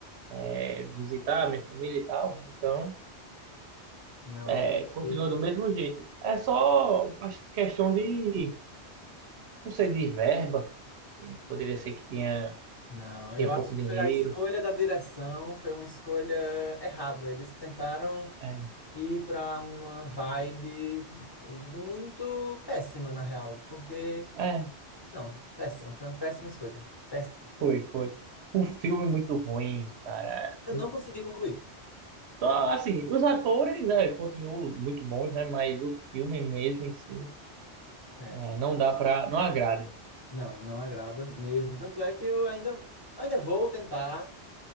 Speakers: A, on the right (about 75°); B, on the left (about 25°).
A: é, visitar minha família e tal. Então,
B: Não,
A: é,
B: eu achei.
A: continua do mesmo jeito. É só, acho que questão de, não sei, de verba. Poderia ser que tinha,
B: Não,
A: tinha
B: eu acho
A: pouco
B: que
A: dinheiro.
B: foi a escolha da direção, foi uma escolha errada. Eles tentaram
A: É,
B: ir pra uma vibe muito péssima, na real, porque.
A: é,
B: Não, péssima, foi uma péssima escolha. Péssima escolha.
A: foi, foi. O filme muito ruim, cara.
B: Eu não consegui concluir.
A: Só, assim, os atores, é, continuam muito bons, né? Mas o filme mesmo em si,
B: É,
A: é, não dá pra. Não agrada.
B: não, não agrada mesmo. Tanto é que eu ainda, eu ainda vou tentar